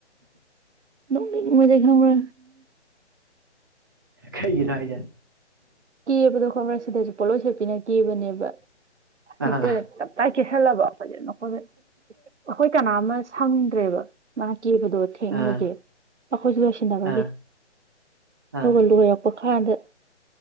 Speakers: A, on the right; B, on the right.
A: ꯑꯗꯨ ꯃꯖꯦ ꯈꯔ
B: ꯈꯥꯏꯒꯅ ꯍꯥꯏꯖ
A: ꯀꯦꯕꯗꯣ ꯈꯣꯠꯕ꯭ꯔ ꯁꯤꯗꯁꯨ ꯄꯣꯠꯂꯣꯏ ꯁꯦꯠꯄꯤꯅ ꯀꯦꯕꯅꯦꯕ ꯍꯦꯛꯇꯦ
B: ꯑꯥ
A: ꯇꯞꯇꯥꯏ ꯀꯦꯁꯜꯂꯕ ꯐꯖꯅꯈ ꯑꯩꯈꯣꯏ ꯀꯅꯥ ꯑꯃ ꯁꯪꯗ꯭ꯔꯦꯕ ꯃꯥ ꯀꯤꯕꯗꯣ ꯊꯦꯡꯕꯒꯦ
B: ꯑꯥ
A: ꯑꯩꯈꯣꯏꯁꯨ ꯂꯣꯏꯁꯤꯟꯅꯕꯒꯤ
B: ꯑꯥ ꯑꯥ
A: ꯊꯧꯒꯜ ꯂꯣꯏꯔꯛꯄ ꯀꯥꯟꯗ